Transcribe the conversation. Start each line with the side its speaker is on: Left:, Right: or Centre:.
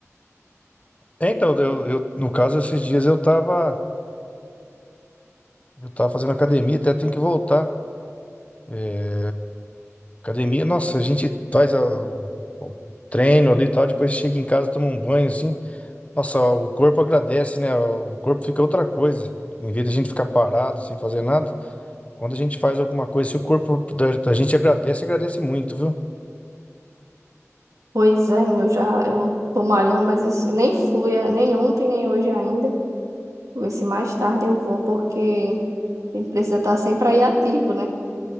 Left: É, então, eu, eu- no caso, esses dias eu tava, eu tava fazendo academia, até tenho que voltar. É, Academia, nossa, a gente faz a- o, o treino ali e tal, depois chega em casa, toma um banho assim. Nossa, o corpo agradece, né? O corpo fica outra coisa. Em vez da gente ficar parado sem fazer nada, quando a gente faz alguma coisa, assim, o corpo da, da gente agradece, agradece muito, viu?
Right: Pois é, meu já eu tô malhando, mas esse- nem fui, eh, nem ontem, nem hoje ainda. Vou ver se mais tarde eu vou, porque. A gente precisa estar sempre aí ativo, né?